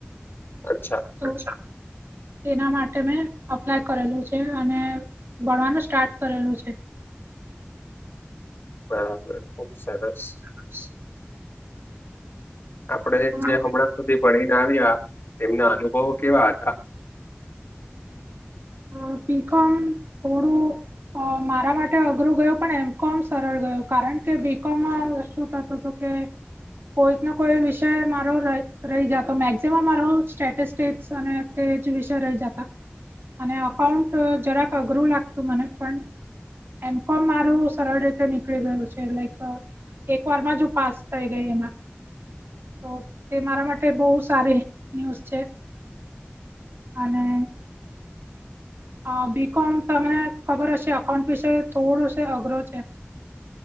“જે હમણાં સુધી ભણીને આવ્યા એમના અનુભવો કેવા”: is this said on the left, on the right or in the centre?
Left